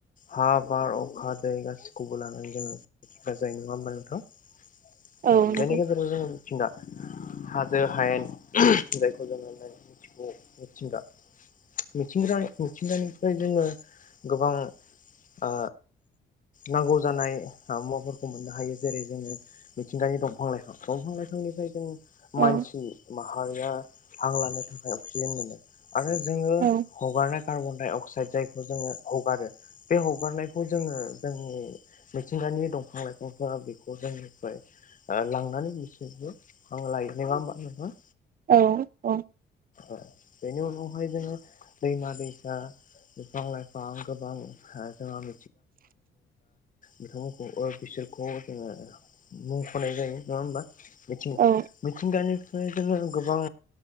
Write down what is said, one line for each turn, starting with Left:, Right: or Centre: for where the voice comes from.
Left: हा बार अखा दै गासिखौबो लानानै जोंङो साजायो नङा होमबा नोंथां अ
Right: औ नंगौ
Left: बेनि गेजेरजों जोंङो। मिथिंगा हाजो हायेन जायखौ जोङो मिथिगौ मिथिंगा मिथिंगा मिथिंगानिफ्राय जोङो गोबां ओ नांगौ जानाय आ मुवाफोरखौ मोननो हायो जेरै जोङो मिथिंगानि दंफां लाइफां दंफां लाइफांनिफ्राय जों
Right: औ
Left: मानसि मा हारिया हां लानो थाखाय अक्सिजेन मोनो। आरो जोङो
Right: औ
Left: हगारनाय कार्बन डाइ अक्साइद जायखौ जोङो हगारो बे हगारनायखौ जोङो जोंनि मिथिंगानि दंफां लाइफांफोरा बेखौ जोंनिफ्राय ओ लांनानै बिसोरबो हां लायो नङा होमबा नोंथां?
Right: औ औ।
Left: ओ बेनि उनावहाय जोङो दैमा दैसा, बिफां लाइफां गोबां जोंहा <unintelligible> बिथांमोनखौ ओ बिसोरखौ जोङो मुं होनाय जायो नङा होमबा मिथिं
Right: औ
Left: मिथिंगानि। बेबादिनो गोबां